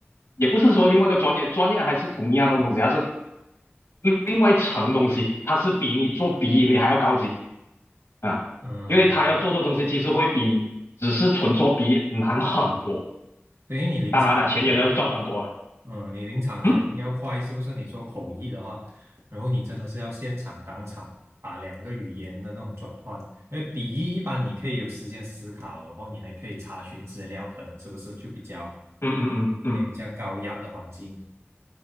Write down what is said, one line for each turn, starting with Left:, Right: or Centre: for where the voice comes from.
Left: 也不是说另外一个专业，专业还是同一样的东西，它是另另外一层东西，它是比你做笔译你还要高级啊，
Right: 嗯。
Left: 因为他要做的东西其实会比你只是纯做笔译难很多，
Right: 对，因为你临场反应要快，
Left: 当然了，钱也要赚很多了，
Right: 嗯，你临场反应要快，
Left: 嗯
Right: 是不是？你做口译的话，然后你真的是要现场当场把两个语言的那种转换，因为笔译一般你可以有时间思考，然后你还可以查询资料，可能是不是就比较
Left: 嗯嗯嗯嗯。
Right: 没有这样高压的环境？